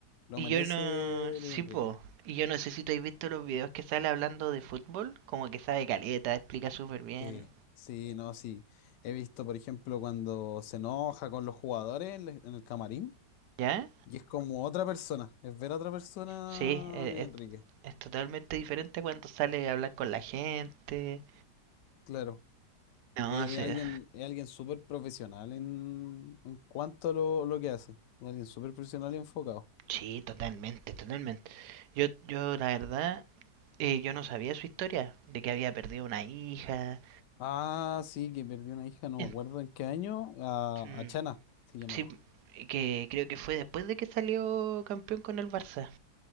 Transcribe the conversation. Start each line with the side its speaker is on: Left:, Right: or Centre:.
Left: Lo
Right: Y
Left: merece
Right: yo no, sí,
Left: Luis Enrique.
Right: po. Y yo no sé si tú has visto los videos que sale hablando de fútbol, como que sabe caleta, explica súper bien.
Left: Sí, sí, no, sí. He visto, por ejemplo, cuando se enoja con los jugadores en el en el camarín.
Right: ¿Ya?
Left: Y es como otra persona, es ver a otra persona
Right: Sí, e-
Left: a Luis
Right: es,
Left: Enrique,
Right: Es totalmente diferente cuando sale a hablar con la gente.
Left: claro.
Right: No,
Left: Es,
Right: sé
Left: es alguien, es alguien súper profesional en, en cuanto a lo, lo que hace. Es alguien súper profesional y enfocado.
Right: sí, totalmente, totalmente. Yo, yo la verdad, eh, yo no sabía su historia, de que había perdido una hija.
Left: Ah, sí, que perdió una hija, no
Right: En-
Left: me acuerdo en qué año, a,
Right: mm,
Left: a Chana se llamaba.
Right: sí, que creo que fue después de que salió campeón con el Barça.